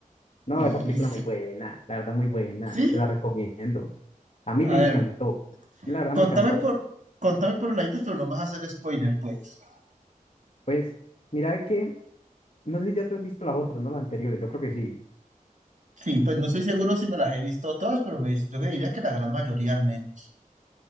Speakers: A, on the left; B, on the right.
A: No,
B: Y
A: esa película
B: sí.
A: muy buena, la verdad muy buena.
B: ¿Sí?
A: Te la recomiendo. A mí
B: A
A: me encantó.
B: ver,
A: La verdad
B: contame
A: me encantó.
B: por, contame por laditos, pero no me vas a hacer spoiler, pues.
A: Pues, mira que, no sé si ya te has visto las otras, ¿no? Las anteriores, yo creo que sí.
B: Sí, pues no estoy seguro si me las he visto todas, pero me, yo diría que la gran mayoría al menos.